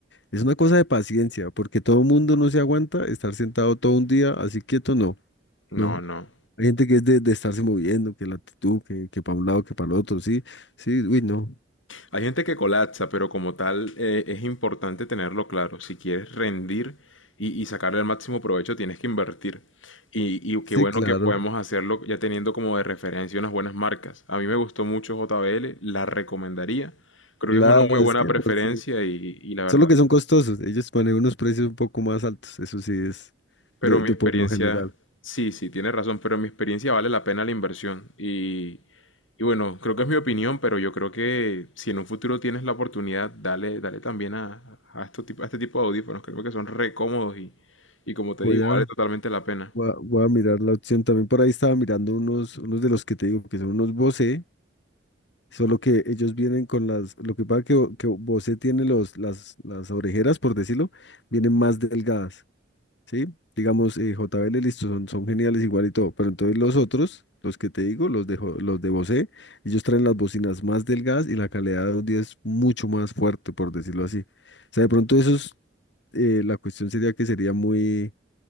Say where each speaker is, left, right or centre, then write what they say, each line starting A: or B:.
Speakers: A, on the left; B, on the left.
A: es una cosa de paciencia, porque todo el mundo no se aguanta estar sentado todo un día así quieto, no,
B: No,
A: no.
B: no.
A: Hay gente que es de, de estarse moviendo, que la actitud, que, que para un lado, que para el otro, sí, sí, uy, no.
B: Hay gente que colapsa, pero como tal eh, es importante tenerlo claro. Si quieres rendir y, y sacarle el máximo provecho, tienes que invertir. Y, y qué
A: Sí,
B: bueno
A: claro,
B: que podemos hacerlo ya teniendo como de referencia unas buenas marcas. A mí me gustó mucho JBL, la recomendaría. Creo
A: claro,
B: que es una muy buena
A: es que
B: preferencia
A: por sí.
B: y, y la verdad
A: Solo que son costosos. Ellos ponen unos precios un poco más altos. Eso sí es
B: Pero
A: de,
B: mi
A: de
B: experiencia,
A: por lo general.
B: sí, sí, tienes razón, pero mi experiencia vale la pena la inversión. Y, y bueno, creo que es mi opinión, pero yo creo que si en un futuro tienes la oportunidad, dale, dale también a, a, esto tipo- a este tipo de audífonos. Creo que son re cómodos y, y como te
A: Voy
B: digo,
A: a,
B: vale totalmente la pena.
A: voy a, voy a mirar la opción. También por ahí estaba mirando unos, unos de los que te digo que son unos Bose. Solo que ellos vienen con las. Lo que pasa que, Bo- que Bose tiene los, las, las orejeras, por decirlo, vienen más delgadas. ¿sí? Digamos, eh, JBL, listo, son, son geniales igual y todo, pero entonces los otros, los que te digo, los de, Jo- los de Bose, ellos traen las bocinas más delgadas y la calidad de audio es mucho más fuerte, por decirlo así. O sea, de pronto esos, eh, la cuestión sería que sería muy,